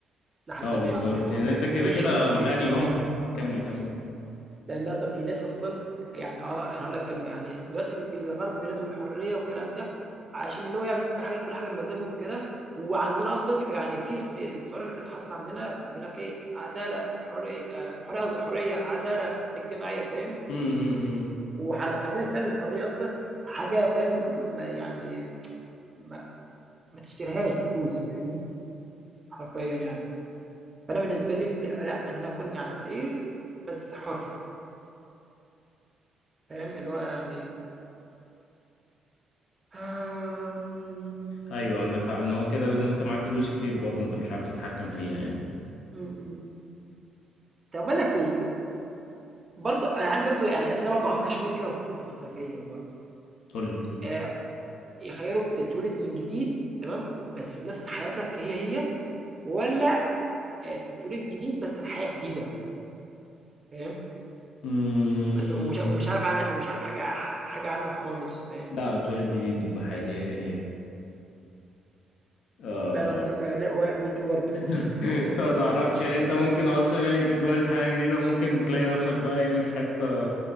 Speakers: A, on the right; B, on the left.
A: لحد
B: اه
A: ما
B: بالظبط
A: يعني يعتبر
B: يعني انت كده
A: وفي
B: كده
A: ش... وفي
B: غني اه كمل كمل
A: لان اصلا في ناس اصلا يعني اه انا هقول لك كلمه يعني دلوقتي في الغرب بينادوا بالحريه والكلام ده عشان اللي هو يعمل بحاجه كل حاجه بمزاجهم كده وعندنا اصلا يعني في الص- الثوره اللي كانت حاصله عندنا بيقول لك ايه عداله حريه آه، حريه قصدي حريه عداله اجتماعيه فاهم
B: مم، مم، مم.
A: وحرفيا فعلا الحريه اصلا حاجه فاهم ما ما- يعني ما, ما تشتريهاش بفلوس فاهمني حرفيا يعني فانا بالنسبه لي ال- لا ان انا اكون يعني فقير بس حر فاهم اللي هو يعني آمم،
B: ايوه عندك حق ان هو كده اللي انت معاك فلوس كتير برضه انت مش عارف تتحكم فيها يعني
A: إمم، إمم. طب باقول لك إيه، برضه أنا عندي برضه يعني أسئلة برضه عميقة شوية كده وف وفلسفية برضه،
B: قول لي
A: آآ يخيّروك تتولد من جديد تمام، بس بنفس حياتك هي، هي، والّا آآ تتولد جديد بس بحياة جديدة فاهم،
B: مم...
A: بس ومش ومش عارف عنها ومش عارف حاجة ح حاجة عنها خالص فاهم،
B: لا اتولد جديد وبحياتي هي هي آه...
A: فعلًا و و و me too برضه
B: <laughs> انت ما تعرفش
A: <laughs>
B: يعني انت ممكن اصلا يعني تتولد حياة جديدة ممكن تلاقي نفسك بقى يعني في حتة